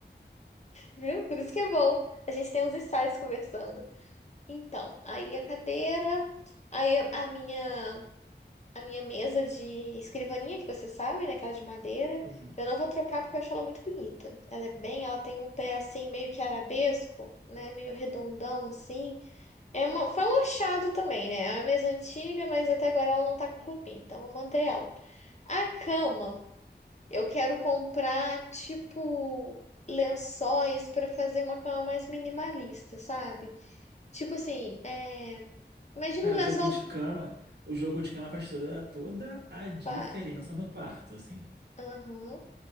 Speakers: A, on the left; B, on the right.
A: viu? Por isso que é bom. A gente tem uns insights conversando. Então, aí a cadeira, aí a a minha a minha mesa de escrivaninha que você sabe, né, aquela de madeira,
B: Sim.
A: eu não vou trocar porque eu acho ela muito bonita. Ela é bem, ela tem o pé assim meio que arabesco, né, meio redondão assim. É uma, foi um achado também, né? É uma mesa antiga, mas até agora ela não tá com cupim, então vou manter ela. A cama, eu quero comprar, tipo, lençóis pra fazer uma cama mais minimalista, sabe? Tipo assim, é... imagina
B: Cara,
A: um lençol.
B: jogo de cama. O jogo de cama faz toda, toda a diferença
A: Vai.
B: no quarto, assim.
A: Aham.